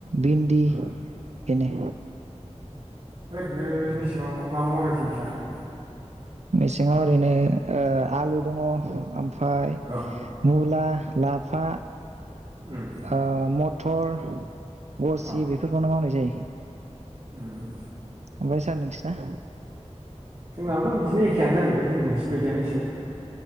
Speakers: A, on the right; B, on the right.
A: भिन्दि
B: उम।
A: बिनो
B: ओरैनो मिसें आव मा मा मावनाय जायो सार?
A: मेसेङाव ओरैनो ओ‌ आलु दङ ओमफ फाय
B: अ
A: मुला लाफ फा
B: उम
A: ओ मथ थर गरसि
B: अ
A: बेफोरखौनो मावनाय जायो।
B: उम
A: ओमफाय सार नोंसिना
B: जोंनाबोथ' बिदिनो एखेयानो जाहैबाय जों नोंसिनि बायदियानो एसे